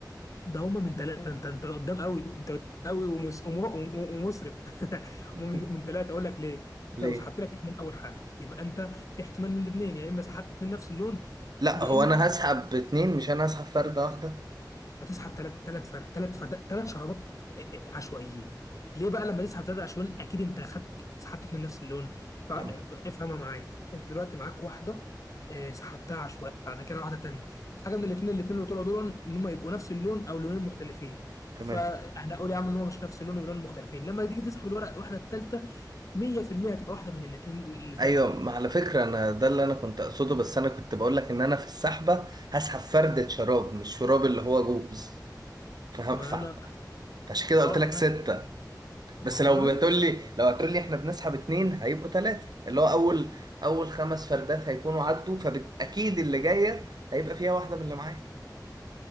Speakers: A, on the left; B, on the right.
A: ده هما من ثلاثة انت انت قدام قوي انت قدام قوي ومس... وم- وم- ومسرف <laughs>
B: <laughs>
A: هما من من ثلاثة اقول لك ليه انت
B: ليه؟
A: لو سحبت لك اتنين اول حاجة يبقى انت في احتمال من الاثنين يا اما سحبت اتنين نفس اللون
B: لا
A: يا
B: هو
A: اما
B: انا هسحب باتنين مش انا هسحب فردة واحدة
A: هتسحب ثلاث ثلاث ثلاث ثلاث شرابات آه، آه، عشوائيين ليه بقى لما تسحب ثلاثه عشوائيين اكيد انت خدت سحبت اتنين نفس اللون فافهمها
B: تمام
A: معايا انت دلوقتي معاك واحده آه، سحبتها عشوائي بعد كده واحده تانيه حاجه من الاثنين الاثنين اللي طلعوا دول ان هم يبقوا نفس اللون او لونين مختلفين
B: تمام
A: فهنقول يا عم ان هو مش نفس اللون ولون مختلفين لما تيجي تسحب الورقه الواحده الثالثه 100% هتبقى واحده من الاثنين اللي فاتوا
B: ايوه ما على فكرة انا ده اللي انا كنت اقصده بس انا كنت بقول لك ان انا في السحبة هسحب فردة شراب مش شراب اللي هو جوز فاهم
A: ما
B: فعلا
A: انا
B: فعشان كده
A: اه
B: قلت لك ستة
A: فاهم. والله
B: بس لو هتقول لي لو هتقول لي احنا بنسحب اتنين هيبقوا تلاتة اللي هو اول اول خمس فردات هيكونوا عدوا فاكيد اللي جاية هيبقى فيها واحدة من اللي معايا